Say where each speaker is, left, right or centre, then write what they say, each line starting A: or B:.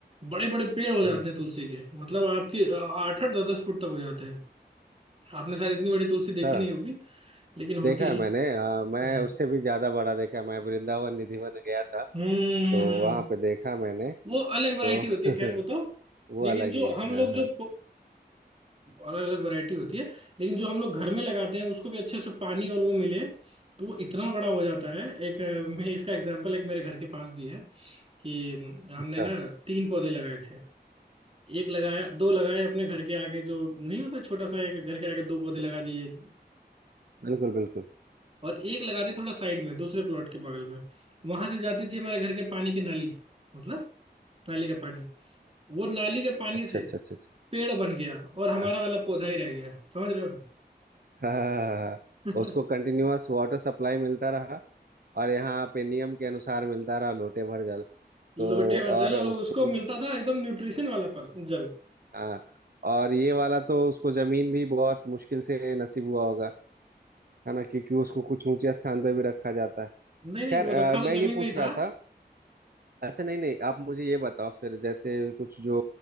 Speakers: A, on the right (about 35°); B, on the right (about 60°).
A: बड़े बड़े पेड़ हो
B: हम्म,
A: जाते हैं तुलसी के मतलब आपके अ, आठ आठ दस दस फुट तक हो जाते हैं आपने शायद इतनी बड़ी तुलसी देखी
B: हाँ
A: नहीं होगी लेकिन होती
B: देखा है मैंने
A: है
B: हाँ,
A: हम्म
B: मैं उससे भी ज्यादा बड़ा देखा है मैं वृंदावन निधिवन गया था
A: हम्म
B: तो
A: हम्म,
B: वहां पे देखा मैंने
A: वो अलग वैरायटी
B: तो
A: होती है खैर वो तो
B: <laughs> वो
A: लेकिन
B: अलग
A: जो
B: ही है
A: हम लोग
B: हाँ हाँ
A: जो अलग अलग वैरायटी होती है लेकिन जो हम लोग घर में लगाते हैं उसको भी अच्छे से पानी और वो मिले तो वो इतना बड़ा हो जाता है एक अ, मैं इसका एग्जांपल एक मेरे घर के पास भी है कि हमने
B: अच्छा
A: ना तीन पौधे लगाए थे एक लगाया दो लगाए अपने घर के आगे जो नहीं होता छोटा सा एक घर के आगे दो पौधे लगा दिए
B: बिल्कुल बिल्कुल
A: और एक लगा दिए थोड़ा साइड में दूसरे प्लॉट के बगल में वहां से जाती थी हमारे घर के पानी की नाली मतलब नाली का पानी वो नाली के पानी
B: अच्छा
A: से
B: अच्छा अच्छा अच्छा
A: पेड़ बन गया और हमारा
B: हाँ
A: वाला पौधा ही रह गया समझ रहे हो
B: <laughs> हाँ हाँ, हाँ, हाँ।
A: <laughs>
B: उसको कंटिन्यूअस वाटर सप्लाई मिलता रहा और यहाँ पे नियम के अनुसार मिलता रहा लोटे भर जल
A: लोटे
B: तो
A: और जल
B: और
A: और
B: उसको
A: उसको मिलता था एकदम न्यूट्रिशन वाला पल जल
B: हाँ और ये वाला तो उसको जमीन भी बहुत मुश्किल से नसीब हुआ होगा है ना क्योंकि उसको कुछ ऊंचे स्थान पे भी रखा जाता है
A: नहीं नहीं
B: खैर
A: वो
B: अ,
A: रखा तो
B: मैं ये
A: जमीन
B: पूछ
A: में ही
B: रहा
A: था
B: था अच्छा नहीं नहीं आप मुझे ये बताओ फिर जैसे कुछ जो